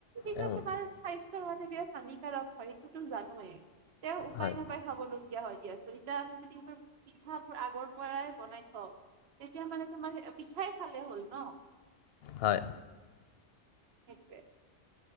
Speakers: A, on the right (about 60°); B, on the left (about 60°).
A: এইবিলাক
B: হয়
A: তোমাৰ স্বাস্থ্য <unintelligible> হানিকাৰক হয় সেইটোতো জানোয়ে, তেওঁ উপায়
B: হয়
A: নাপায় খাবলগীয়া হয়। <unintelligible> আছো এতিয়া আমি যদি এইবোৰ পিঠাবোৰ আগৰ পৰাই বনাই থওঁ তেতিয়া মানে তোমাৰ পিঠাই খালে হ'ল ন।
B: হয়।
A: সেইটোৱে।